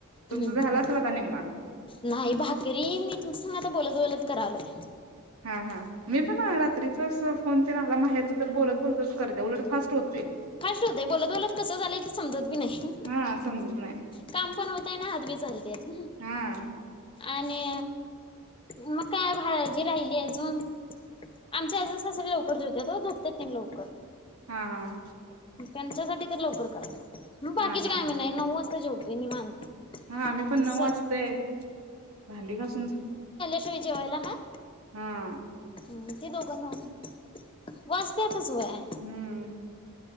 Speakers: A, on the right (about 85°); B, on the left (about 25°).
A: तुमचा
B: हम्म
A: झाला असेल आता नेम
B: नाही भाकरी मी तुमचासन आता बोलत बोलत करालोय.
A: हा हा मी पण रात्रीचाच फोन ते नाला माहेरच तर बोलत-बोलतच करते उलट फास्ट होते.
B: फास्ट होतय बोलत-बोलत कसं झालंय ते समजत बी नाही,
A: हा समजत नाही
B: काम पण होतय ना हात बी चालत्यात
A: हा
B: आणि मग काय भाजी राहिली अजून, आमचे आजल सासरे लवकर जेवत्यात हो झोपत्यात तेन लवकर.
A: हा हा
B: त्यांच्यासाठी तर लवकर करायाला
A: हा
B: बाकीचे
A: हा
B: काम नाही नऊ वाज तर जेवतोय निवांत.
A: हा आम्ही पण
B: सग
A: नऊ वाजतय भांडी घासून
B: चोय जेवायला हां.
A: हां.
B: हम्म, ते दोघं न वाचत्यातच वय
A: हम्म